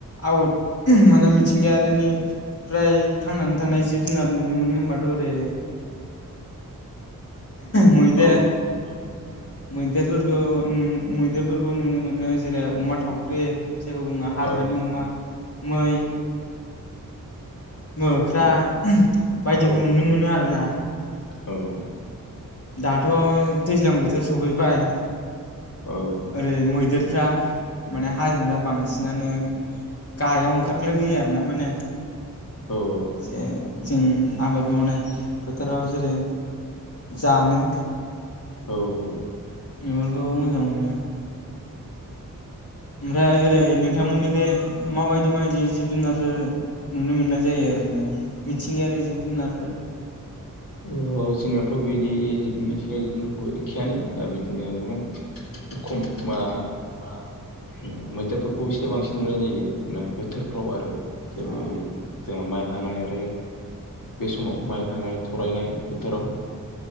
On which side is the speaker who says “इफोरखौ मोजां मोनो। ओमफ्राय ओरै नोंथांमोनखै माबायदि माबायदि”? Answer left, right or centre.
Left